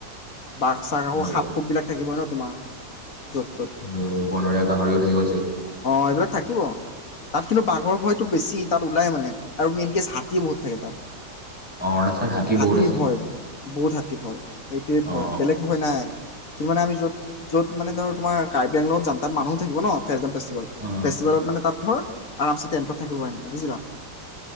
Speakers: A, on the left; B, in the centre.
A: বাঘ-চাঘ আকৌ
B: আৰু
A: সাপ-খপবিলাক থাকিব ন? তোমাৰ য'ত
B: আৰু বনৰীয়া গাহৰিও থাকিব চাগে!
A: অ' এইবিলাক থাকিব, তাত কিন্তু বাঘৰ ভয়টো বেছি। তাত ওলাই মানে, আৰু মেইন কেচ হাতী বহুত থাকে তাত।
B: অ' অৰুণাচলত হাতী
A: হাতীৰ
B: বহুত আছে।
A: ভয়, বহুত হাতীৰ ভয়। এইটোৱে
B: অ'
A: ভয়, বেলেগ ভয় নাই। কিন্তু মানে আমি য'ত-য'ত মানে ধৰ, তোমাৰ কাৰ্বি আংলঙত যাম। তাত মানুহো থাকিব ন ফেলকন ফেষ্টিভেল ফেষ্টিভেলত
B: অ'
A: মানে তাত আৰামছে টেন্টত থাকিব পাৰিম, বুজিলা?